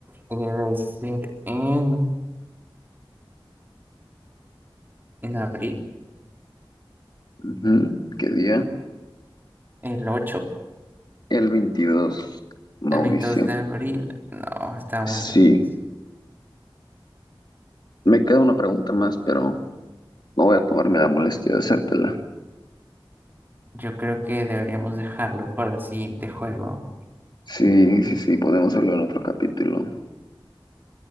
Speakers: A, on the right; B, on the left.
A: debe ser en, en abril.
B: Ujú, ¿Qué día?
A: El ocho
B: El 22. Mauricio.
A: el veintidós de abril. No, está muy
B: Sí,
A: lejos.
B: me queda una pregunta más, pero No voy a tomarme la molestia de hacértela.
A: Yo creo que deberíamos dejarlo para el siguiente juego.
B: Sí, sí, sí, podemos hacerlo en otro capítulo.